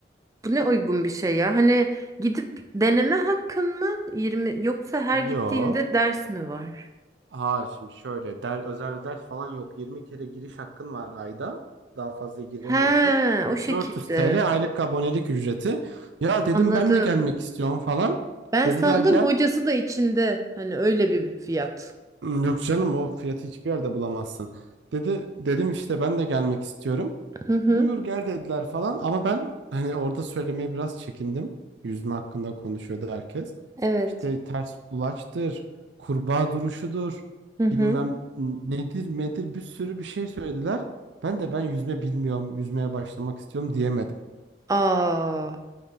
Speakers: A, on the right (about 20°); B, on the right (about 80°).
A: Bu ne uygun bir şey ya? Hani gidip deneme hakkın mı? 20 yoksa her gittiğinde
B: Yo.
A: ders mi var?
B: Ha şimdi şöyle der, özel ders falan yok. 20 kere giriş hakkın var ayda. Daha fazla giremiyorsun.
A: He, o şekilde.
B: 400 TL aylık abonelik ücreti. Ya dedim
A: Anladım.
B: ben de gelmek istiyorum falan.
A: Ben
B: Dediler
A: sandım
B: gel.
A: hocası da içinde. Hani öyle bir fiyat.
B: "Hmm, Yok canım o fiyatı hiçbir yerde bulamazsın. Dedi dedim işte ben de gelmek istiyorum.
A: Hı hı.
B: Buyur gel dediler falan ama ben hani orada söylemeye biraz çekindim. Yüzme hakkında konuşuyordu herkes.
A: Evet.
B: İşte ters kulaçtır, kurbağa duruşudur,
A: Hı hı.
B: bilmem nedir medir bir sürü bir şey söylediler. Ben de ben yüzme bilmiyorum, yüzmeye başlamak istiyorum diyemedim.
A: Aa.